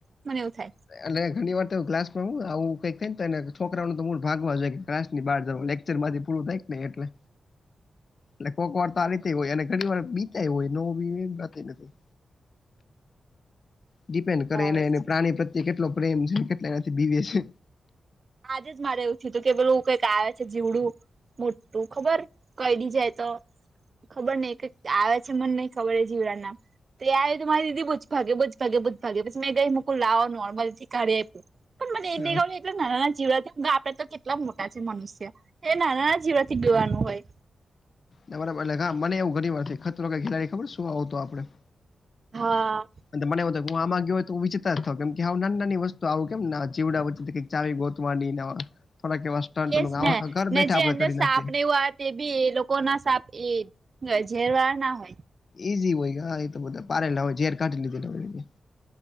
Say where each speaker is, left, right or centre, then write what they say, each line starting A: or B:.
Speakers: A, on the right (about 50°); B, on the left (about 55°).
A: મને એવું થાય.
B: એટલે ઘણી વાર તો એવું કે ક્લાસમાં હો, આવું કંઈક તો છોકરાઓનું તો મૂડ ભાગવા જ કે ક્લાસ ની બહાર જવુ.. માંથી પૂરું થાય કે ને એટલે એટલે કોક વાર આવી રીતે હોય અને ઘણી વાર બીતાય હોય નો બીવે એ વાત નથી. ડિપેન્ડન કરે
A: બરાબર
B: એને એ પ્રાણી પ્રત્યે કેટલો પ્રેમ છે. કેટલા એનાથી બીવે છે.
A: આજે જ મારે એવું થિયું તું કે પેલુ એવું કંઈક આવે છે જીવડું મોટું ખબર કયડી જાય તો ખબર નય કઈ આવે છે મને નહી ખબર એ જીવડા નામ તે આયુ તો મારી દીદી બો જ ભાગે બો જ ભાગે બો જ ભાગે પછી મેં ગઈ લાવો નોર્મલ થી કાઢી આપ્યું. પણ મને એ
B: હા.
A: બે ગમે એટલે નાના જીવડા આપડે તો કેટલા મોટા છે મનુષ્ય એ નાનાના જીવડા થી બીવાનું હોય.
B: તમારા બદલે એટલે હા મને એવું ઘણી વાર થીયું ખતરો કે ખેલાડી ખબર શું આવતો આપડે
A: હા...
B: અને મને એવું કે હું આમાં ગયો હોય તો વિચિત્ર થઉ કે આવું નાની વસ્તુ આવું કેમ જીવડા વચમાં થી કઈક ચાવી ગોતવાની ને અ થોડાક એવા સ્ટન્ટ
A: તે
B: કરવાનું, આવા
A: ને
B: તો ઘર
A: ને
B: બેઠા
A: જે
B: આપડે
A: અંદર
B: કરી
A: સાપ
B: નાખીએ.
A: ને એવું આવે તે બી એ લોકો ના સાપએ ઝેરવાડા ના હોય.
B: એ જી હોય હા એ તો બધા પારેલા હોય ઝેર કાઢી લીધેલા હોય.